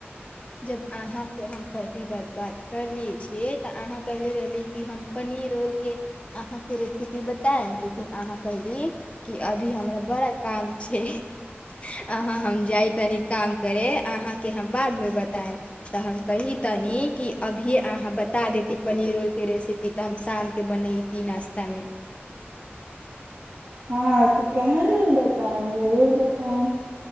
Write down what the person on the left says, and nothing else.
जब अहा से हम पहली बार बात करले छिय तऽ अहाँ कहले रहली कि हम पनीर रोलके अहाँके रेसिपी बतायब लेकिन अहाँ कहली कि अभी हमरा बड़ा काम छै अहाँ हम जाइ तनी काम करै अहाँके हम बादमे बता तऽ हम की तनी कि अभी अहाँ बता देती पनीर रोल के रेसिपी तऽ हम शाम के बनतीी नास्ता तमेी